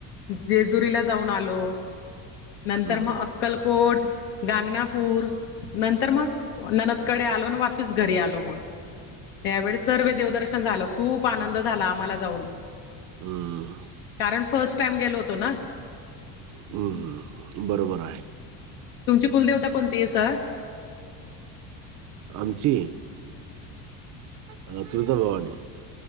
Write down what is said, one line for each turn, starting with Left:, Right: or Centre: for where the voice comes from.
Left: जेजुरीला जाऊन आलो. नंतर
Right: हं,
Left: मग अक्कलकोट गानगापूर नंतर मग नणंदकडे आलो आणि वापीस घरी आलो मग. यावेळी सर्व देवदर्शन झालं, खूप आनंद झाला आम्हाला जाऊन.
Right: हं,
Left: कारण फर्स्ट टाइम गेलो होतो ना.
Right: हम्म हम्म. बरोबर आहे.
Left: तुमची कुलदेवता कोणती आहे सर?
Right: आमची आता तुळजाभवानी.